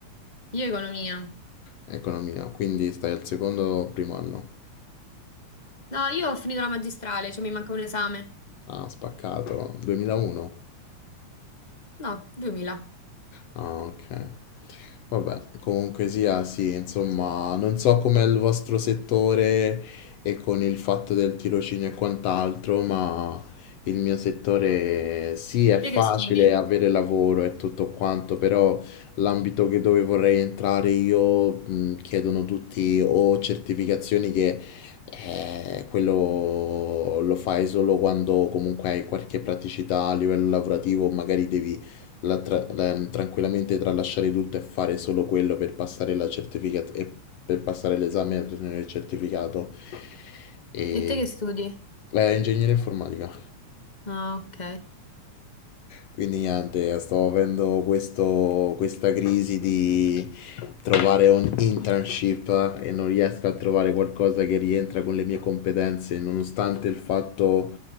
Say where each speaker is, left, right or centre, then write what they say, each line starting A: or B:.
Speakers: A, on the left; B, on the left.
A: Io economia.
B: Economia, quindi stai al secondo o primo anno?
A: No, io ho finito la magistrale, cioè mi manca un esame.
B: Ah, spaccato. 2001?
A: No, 2000.
B: Ah, ok. Vabbè, comunque sia, sì, insomma, non so com'è il vostro settore e con il fatto del tirocinio e quant'altro, ma il mio settore sì, è
A: Te
B: facile
A: che studi?
B: avere lavoro e tutto quanto, però l'ambito che dove vorrei entrare io mh, chiedono tutti o certificazioni che eh, quello lo fai solo quando comunque hai qualche praticità a livello lavorativo, magari devi la tra- la- mm, tranquillamente tralasciare tutto e fare solo quello per passare la certificat- e per passare l'esame e ottenere il certificato. E...
A: E te che studi?
B: eh, ingegneria informatica.
A: Ah, ok.
B: Quindi niente, sto avendo questo- questa crisi di trovare un internship e non riesco a trovare qualcosa che rientra con le mie competenze, nonostante il fatto